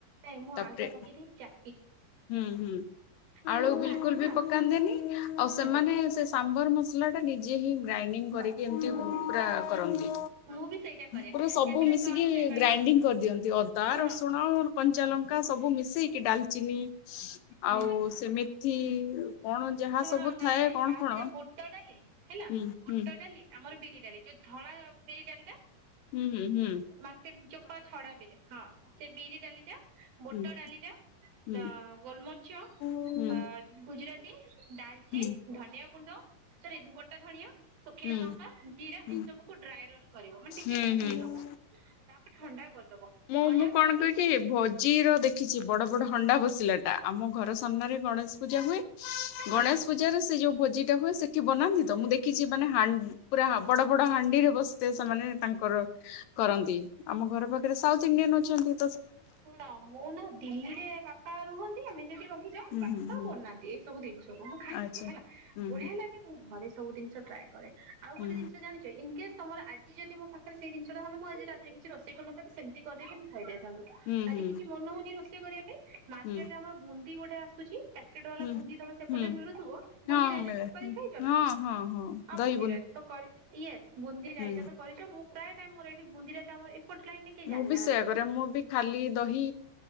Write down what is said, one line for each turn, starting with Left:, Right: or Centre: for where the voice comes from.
Right: ନାଇଁ ମୁଁ
Left: ତାପରେ
Right: ଆଲୁଟା ପକେଇ ଦେଇ ଚା
Left: ହୁଁ ହୁଁ ଆଳୁ
Right: ଛୁଆ ଖାଆନ୍ତି
Left: ବିଲକୁଲ ବି
Right: ନା
Left: ପକାନ୍ତିନି। ଆଉ ସେମାନେ
Right: ଆଜ୍ଞା
Left: ସେ ସାମ୍ବର ମସଲାଟା ନିଜେ ହିଁ ଗ୍ରାଇଣ୍ଡିଙ୍ଗ କରିକି
Right: ବାସ୍
Left: ଏମିତି
Right: ମୁଁ
Left: ପୂରା
Right: ବି
Left: କରନ୍ତି।
Right: ମୁଁ ବି ସେଇଟା କରେ
Left: ପୁରା ସବୁ
Right: ସେଥିରେ
Left: ମିଶିକି
Right: କଣ ହୁଏ କହିଲ
Left: ଗ୍ରାଇଣ୍ଡିଙ୍ଗ କରିଦିଅନ୍ତି। ଅଦା,
Right: ଶୁଣ
Left: ରସୁଣ, କଞ୍ଚା ଲଙ୍କା ସବୁ ମିଶ୍ ସେଇ କିି ଡାଲ୍ଚିନି
Right: ହୁଁ
Left: ଆଉ ସେମିଥି କଣ ଯାହା
Right: ଶୁଣ
Left: ସବୁ
Right: ନାଇଁ
Left: ଥାଏ
Right: ନାଇଁ
Left: କଣ
Right: ଆ
Left: କଣ
Right: ଦେହରେ ବୁଟ ଡା ଟିଲେ ହେଲା
Left: ହୁଁ
Right: ବୁଟ
Left: ହୁଁ
Right: ଡାଲି ଆମର ବିରି ଡାଲି। ଯୋଉ ଧଳା ବିରି ଡାଲି ଟା
Left: ହୁଁ ହୁଁ ହୁଁ
Right: ମାର୍କେଟ ଚୋପା ଛଡା ବିରି ହଁ ସେ ବିରି ଡାଲି ଟା। ବୁଟ
Left: ହୁଁ।
Right: ଡାଲିଟା।
Left: ହୁଁ
Right: ଦା। ଚ
Left: ହୁଁ
Right: ଗୁଜୁରାତି। ଡାଲଚିନ୍
Left: ହୁଁ
Right: ଧନିଆ ଗୁଣ୍ଡ। ସରି ଗୋଟା ଧଣିଆ। ଶୁଖିଲା
Left: ହୁଁ
Right: ଲଙ୍କା ଜିରା
Left: ହୁଁ
Right: ଏସବୁକୁ ଡ୍ରାଏ ରେ। କରିବ ମାନେ ଟିକେ
Left: ହୁଁ
Right: ଭାଜିଦବ।
Left: ହୁଁ
Right: ତାପରେ ଥଣ୍ଡା କରିଦବ
Left: ମୁଁ
Right: ଥଣ୍ଡା
Left: ମୁଁ କଣ
Right: କରିକି
Left: କକି ଭୋଜିର ଦେଖିଛି ବଡ ବଡ ହଣ୍ଡା ବସିଲା। ଟା ଆମ ଘର ସାମ୍ନାରେ ଗଣେଶ। ପୂଜା ହୁଏ
Right: ହଁ
Left: ଗଣେଶ ପୂଜାରେ। ସେ ଯୋଉ ଭୋଜି ଟା ହୁଏ ସେଠି ବନାନ୍ତି ତ ମୁଁ ଦେଖିଛି ମାନେ ହାନ୍ ପୁରା ବଡ ବଡ ହାଣ୍ଡିରେ ବ। ଯେ ସେମାନେ ତାଙ୍କର କରନ୍ତି। ଆମ ଘର ପାଖରେ ସାଉଥ ଇଣ୍ଡିଆନ୍। ଛନ୍ତି।
Right: ଶୁଣ ମୁଁ ନା ଦିଲ୍ଲୀରେ ବାପା ରୁହନ୍ତି। ସେଠି ରହିଯାଉ
Left: ହୁଁ
Right: ବାପା
Left: ହୁଁ ହୁଁ
Right: ବନାନ୍ତି। ସବୁ ଦେଇଛ। ମୁଁ ଖାଇଦିଏ
Left: ଆଚ୍ଛା
Right: ହେଲା
Left: ହୁଁ
Right: ବଢିଆ ଲାଗେ ମୁଁ ଘରେ ସ। ସବୁି ଜିନିଷ ଟ୍ରାଏ। କରେ ଆଉ
Left: ହୁଁ
Right: ଗୋଟେ ଜିନିଷ ଜାଣିଛ ଇନ। ତମର ଆଜି ଯଦି ମୋ ପାଖରେ ସେଇ ଜିନିଷଟା ଥାନ୍ତା ମୁଁ ଆଜି ରାତିରେ କିଛି ରୋଷେଇ କରିନଥାଏ ସେମିତି କରିଦେଇଥାନ୍ତି ଖାଇ ଦେଇଥାନ୍ତେ। ଆଜି
Left: ହୁଁ ହୁଁ
Right: କିଛି ମନ ହଉନି। କରିବା ପାଇଁ। ମାର୍କେଟ
Left: ହୁଁ
Right: ରେ ଆମର ବୁନ୍ଦୀ ଗୋଟେ। ଆସୁଛି। ପ୍ୟାକେଟ ବାଲା
Left: ହୁଁ
Right: ବୁନ୍ଦି ତମ ସେପଟରେ
Left: ହୁଁ
Right: ମିଳୁଥିବ
Left: ହଁ
Right: ବୁନ୍ଦି ରାଇତା
Left: ମିଳେ
Right: କେବେ କରିକି ଖାଇଛ
Left: ହଁ
Right: ନା
Left: ହଁ ହଁ
Right: ଆଉ
Left: ଦହି
Right: ବୁନ୍ଦି ରାଇତା ତ କରିଛ, ୟେସ ବୁନ୍ଦି ରାଇତା
Left: ହୁଁ
Right: ତ କରିଚ ମୁଁ। ପ୍ରାୟ ଟାଇମ ମୋର ଏଠି ବୁନ୍ଦି ରାଇତା ଆମର ଏ। ଏପଟ ଲାଇନରେ କେହି
Left: ମୁଁ
Right: ଜାଣିନାହାନ୍ତି।
Left: ବି ସେୟା କରେ ମୁଁ ବି ଖାଲି ଦହି